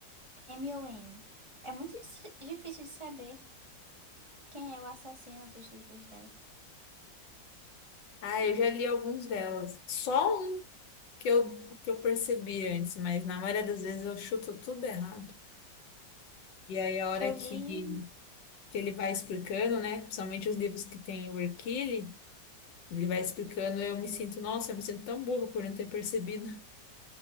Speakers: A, on the right; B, on the left.
A: M o N É muito difícil de saber quem é o assassino dos livros dela.
B: Ah, eu já li alguns delas. Só um que eu, que eu percebi antes, mas na maioria das vezes eu chuto tudo errado. E aí a hora
A: Eu
B: que,
A: li.
B: que ele vai explicando, né? Principalmente os livros que tem o Hercule, ele vai explicando, eu me sinto, nossa, eu me sinto tão burro por não ter percebido.